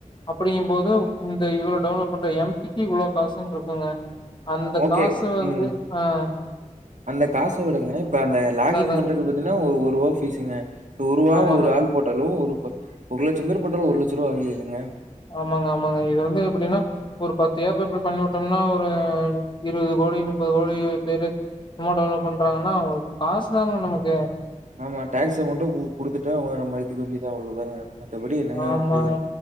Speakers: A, on the left (about 35°); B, on the right (about 70°).
A: அப்படிங்கும் போது இந்த இவ்வளோ டவுன்லோட் பண்ற எம்பிக்கு இவ்வளோ காசுன்ன இருக்குங்க அந்த
B: ஓகே.
A: காசு வந்து
B: ம்.
A: அஹ்
B: அந்த காச விடுங்க இப்ப அந்த லாஃகின்
A: அதா அதாங்
B: பண்றது பாத்தீங்கன்னா ஒரு ரூபா பீஸுங்க ஒரு ரூபா
A: ஆமாங்க
B: ஒரு ஆள் போட்டாலும் ஒரு பா ஒரு லட்சம் பேர் பண்ற ஒரு லட்சம் ரூபா ஆகது இல்லைங்க
A: ஆமாங்க ஆமாங்க இது வந்து எப்படின்னா ஒரு பத்து ஏப்ப எப்படி பண்ணி விட்டோம்னா ஒரு இருபது கோடி முப்பது கோடி பேரு சும்மா டவுன்லோட் பண்றாங்கன்னா காசு தான நமக்கு
B: ஆமா டேக்ஸ் அமௌண்டும் குடுத்துட்டா அவங்க நம்ம எடுத்துக்க வேண்டிதான் அவ்ளோதாங் மத்தபடி என்னங்க ஆகபோகுது
A: ஆமாங்க